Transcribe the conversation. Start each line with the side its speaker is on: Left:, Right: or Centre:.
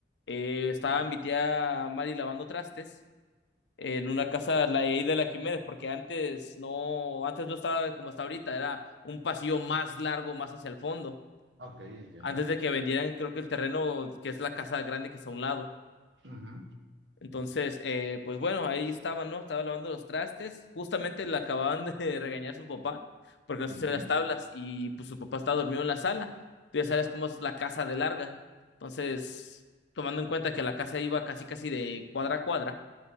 Left: eh, estaba
Right: ¿No?
Left: mi tía Mari lavando trastes en una casa, la de ahí de la Jiménez, porque antes no, antes no estaba como está ahorita, era un pasillo más largo, más hacia el fondo
Right: Ok, entiendo.
Left: antes de que vendieran, creo que el terreno, que es la casa grande que está a un lado.
Right: Ujú,
Left: Entonces, eh, pues bueno, ahí estaba, ¿no? Estaba lavando los trastes. Justamente le acababan de <laughs> regañar su papá porque no
Right: ujú,
Left: se hacía las tablas y pues su papá estaba dormido en la sala. Tú ya sabes cómo es la casa de larga. Entonces, tomando en cuenta que la casa iba casi casi de cuadra a cuadra,